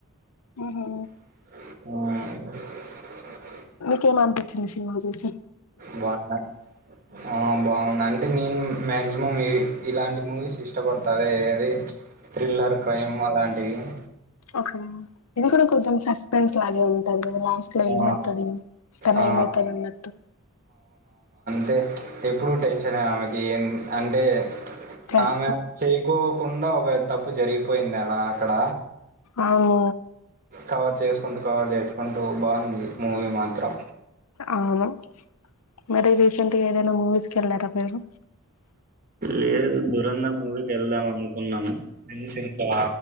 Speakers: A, on the left (about 85°); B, on the right (about 40°).
A: ఉహు
B: ఆ
A: కే మన్పిచ్చింది సిన్మా జూసి
B: బాగున్నా ఆ బాగుందం అంటే నేను మాక్సిమం ఇ ఇలాంటి మూవీస్ ఇష్టపడుతుంది ఆ అది థ్రిల్లర్ క్రైమ్ అలాం దయ్యం
A: ఓకే ఇది కూడా కొంచెం సస్పెన్స్ లాగే ఉంది అ లాస్ట్ లో
B: ఆ!
A: ఏమవుతది తన
B: ఆ!
A: ఏమయితది అన్నట్టు
B: టే ఎప్పుడు టెన్షన్ ఏ ఆమెకి ఎ అంటే
A: ప్రెస్
B: ఆమె చేకో కుండా ఒక తప్పు జరిగిపోయింది అలా అక్కడ
A: అవును
B: కవర్ చేసుకుంటూ కవర్ చేసుకుం డో బాగుంది మూవీ మాత్రం
A: అవును మరి రీసెంట్గా ఏదైనా మూవీస్కి వెళ్ళారా పేరు
B: లేదు దూరంధర్ మూవీకి వెళ్దాం అనుకున్నాము ఫ్రెండ్స్ ఇంకా